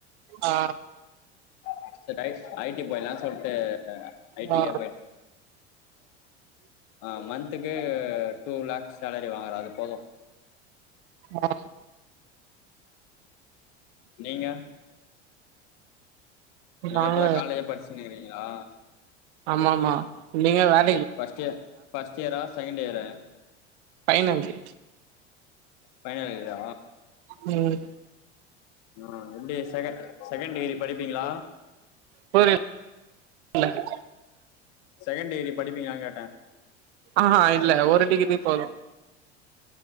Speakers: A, on the right; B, on the left.
A: ஆ
B: <unintelligible> ஐ ஐ டி போயிடாலாம்னு சொல்லிட்டு ஐ டி
A: ஆ
B: க்கே போயிட்ட ஆ மந்த்துக்கு டூ லேக்ஸ் சேலரி வாங்குற அது போது
A: ஆ
B: நீங்க நீங்க
A: நாங்க
B: இப்பதா காலேஜே படிச்சுனுக்கிறீங்களா
A: ஆமா ஆமா நீங்க வேல
B: ஃபர்ஸ்ட் இயர் ஃபர்ஸ்ட் இயரா செகண்ட் இயரா
A: பைநஞ்சு
B: பைனல் இயரா
A: ம்
B: ஆ எப்டி செகெ செகெண்ட் டிகிரி படிப்பீங்களா
A: ஃபோர் இயர் இருக்குல்ல
B: செகெண்ட் டிகிரி படிப்பீங்களானு கேட்ட
A: ஆ இல்ல ஒரு டிகிரி போதும்